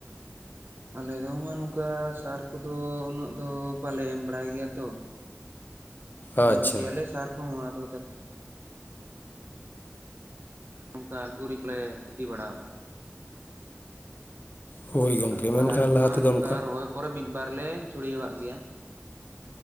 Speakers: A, on the right (about 50°); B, on the left (about 45°).
A: ᱟᱞᱮ ᱫᱚ ᱢᱟ ᱱᱚᱝᱠᱟ ᱥᱟᱨ ᱠᱚᱫᱚ ᱩᱱᱟᱹᱜ ᱫᱚ ᱵᱟᱞᱮ ᱮᱢ ᱵᱟᱲᱟᱭ ᱜᱮᱭᱟ ᱛᱚ᱾
B: ᱟᱪᱪᱷᱟ
A: ᱮᱢ ᱜᱮᱭᱟᱞᱮ ᱥᱟᱨ ᱠᱚᱦᱚᱸ ᱟᱫᱚ ᱚᱱᱠᱟ ᱜᱩᱨᱤᱡ ᱞᱮ ᱤᱫᱤ ᱵᱟᱲᱟᱭᱟᱜᱼᱟ᱾
B: ᱦᱳᱭ ᱜᱚᱢᱠᱮ
A: ᱟᱨ ᱱᱚᱝᱠᱟ
B: ᱢᱮᱱᱠᱷᱟᱱ
A: ᱨᱟᱨ ᱠᱚᱫᱚ
B: ᱞᱟᱦᱟ
A: ᱦᱟᱜ
B: ᱛᱮᱫᱚ
A: ᱱᱚᱝᱠᱟ
B: ᱚᱱᱠᱟ
A: ᱨᱚᱦᱚᱭ ᱯᱚᱨᱮ ᱢᱤᱫ ᱵᱟᱨ ᱞᱮ ᱪᱷᱩᱲᱟᱹᱣᱟᱜ ᱜᱮᱭᱟ᱾